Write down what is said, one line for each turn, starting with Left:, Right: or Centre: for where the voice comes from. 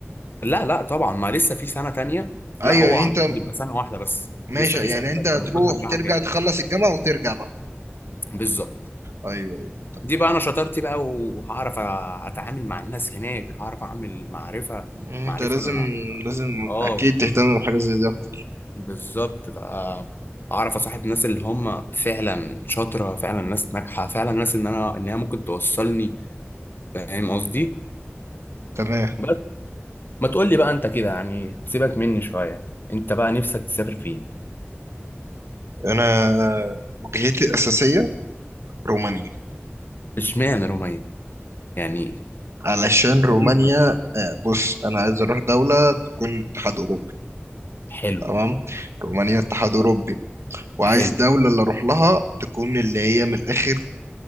Left: لا لا طبعا ما لسه في سنة تانية
Right: ايوه
Left: لا هو
Right: يعني
Left: عم
Right: انت
Left: بيبقى سنة واحدة بس
Right: ماشي
Left: لسه في سنة
Right: يعني انت
Left: تانية
Right: هتروح
Left: المفروض هرجعها
Right: ترجع
Left: تاني
Right: تخلص الجامعه وترجع بقى
Left: بالظبط
Right: ايوه ايوه تمام
Left: دي بقى انا شطارتي بقى وهعرف اتعامل مع الناس هناك هعرف اعمل معرفة
Right: يعني انت
Left: معرفة
Right: لازم لازم
Left: اه
Right: اكيد تهتم بحاجه زي دي اكتر
Left: بالظبط بقى اعرف اصاحب ناس اللي هم فعلا شاطره فعلا ناس ناجحه فعلا ناس ان انا ان هي ممكن توصلني فاهم قصدي
Right: تمام
Left: بس ما تقول لي بقى انت كده يعني تسيبك مني شويه انت بقى نفسك تسافر فين
Right: انا وجهتي الاساسيه رومانيا
Left: اشمعنى رومية يعني
Right: علشان رومانيا
Left: غريبة.
Right: آه، بص انا عايز اروح دولة تكون اتحاد اوروبي
Left: حلو
Right: تمام رومانيا اتحاد اوروبي وعايز
Left: حلو
Right: الدولة اللي اروح لها تكون اللي هي من الاخر